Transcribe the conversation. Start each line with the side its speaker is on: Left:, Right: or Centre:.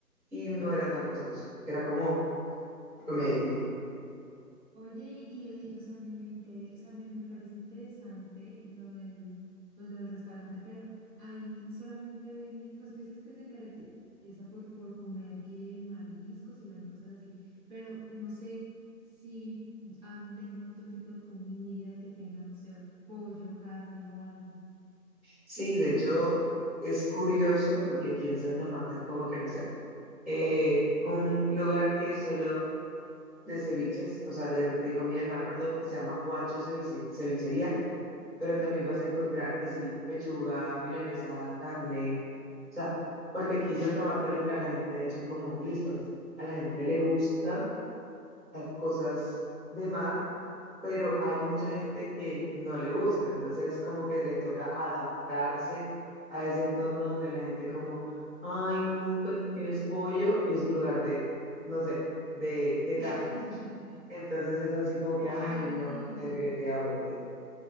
Centre: y no era tan costoso, era como promedio.
Right: Oye, y, y, eh, o sea, me, me intere- o sea, me, me parece interesante lo del, pues, lo del restaurante, pero ahí solamente venden, pues tú dices que se caracteriza por, por comer que mariscos y bueno, y cosas así, pero no sé si ah, venden otro tipo de comida que tenga, no sé, pollo, carne o algo
Centre: Sí,
Right: que tú
Centre: de
Right: sepas.
Centre: hecho es curioso porque aquí en Santa Marta es como que no sé, eh, un lugar que es solo de ceviches, o sea, de, de comida de mar, perdón, que se llama Juancho Ceviche- Cevichería pero también vas a encontrar que sí, pechuga, milanesa, carne, o sea, porque aquí en Santa Marta literal la gente ha dicho como, listo, a la gente le gusta las cosas de mar, pero hay mucha gente que no le gusta, entonces como que le toca adaptarse a ese entorno donde la gente como, ay no, pues no tienes pollo y es un lugar de, no sé, de, de carnes.
Right: <laughs>
Centre: Entonces es así como que,
Right: Sí.
Centre: ay no, definitivamente.